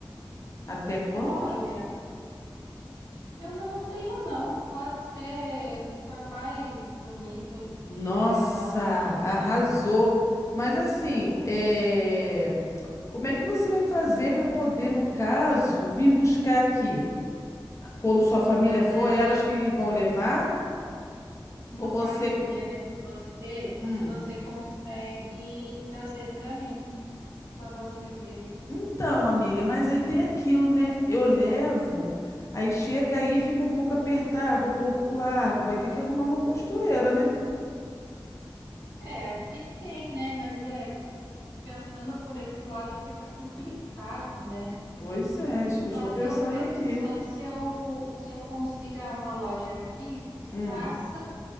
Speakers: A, on the left; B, on the left.
A: Até quanto?
B: Olha, eu não tenho não. Pode ser o que for mais bonito
A: Nossa,
B: que me agradar mais.
A: arrasou. Mas assim,
B: Uhum.
A: é... Como é que você vai fazer para poder, no caso, vir buscar aqui? Quando sua família
B: Não,
A: for,
B: daí,
A: é elas que vão levar?
B: no
A: Ou você.
B: caso, eu queria ver com você se
A: Hum.
B: você consegue trazer para mim quando você vir.
A: Então, amiga, mas aí tem aquilo, né? Eu levo, aí chega aí, e fica um pouco apertado, um pouco largo, vai ter que arrumar uma costureira, né?
B: É, aqui tem, né? Mas é pensando por esse lado fica complicado, né?
A: Pois é, isso que
B: Só
A: eu estou
B: se
A: pensando
B: eu ver,
A: aqui.
B: só se eu, se eu consiga uma loja aqui que
A: Hum.
B: faça